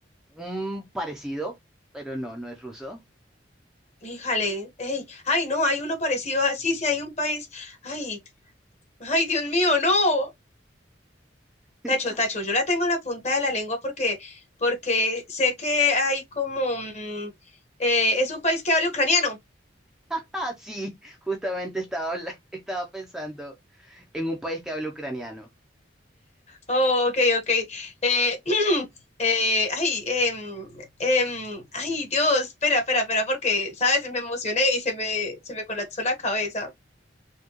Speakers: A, in the centre; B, on the left.
A: Un parecido, pero no, no es ruso.
B: Híjale, ey, ay, no, hay uno parecido a, sí, sí, hay un país, ay, ay, Dios mío, no.
A: <laughs>
B: Tacho, tacho, yo la tengo en la punta de la lengua porque, porque sé que hay como, mm, eh, es un país que habla ucraniano.
A: Ah, sí, justamente estaba, habla- <laughs> estaba pensando en un país que habla ucraniano.
B: Oh, ok, ok. Eh, <clears throat> eh, ay, em, em, ay, Dios, espera, espera, espera, porque, ¿sabes? Me emocioné y se me, se me colapsó la cabeza.